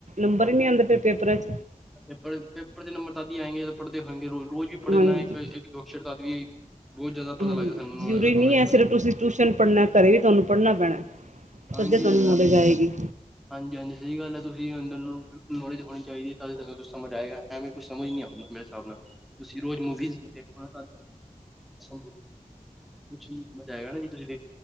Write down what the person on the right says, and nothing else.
ਨੰਬਰ
ਨਹੀ ਐਦੇ ਫਿਰ ਪੇਪਰਾ ਚ
ਹਾਂਜੀ
ਹਾਂਜੀ
ਜ਼ਰੂਰੀ
ਨ ਹੈ
ਸਿਰਫ ਤੁਸੀਂ ਟਿਊਸ਼ਨ ਪੜ੍ਹਨਾ ਘਰੇ ਵੀ ਤੁਹਾਨੂੰ ਪੜ੍ਹਨਾ ਪੈਣਾ
ਧੰਦੇ ਤੁਹਾਨੂੰ
ਨੋਲਜ
ਆਏਗੀ।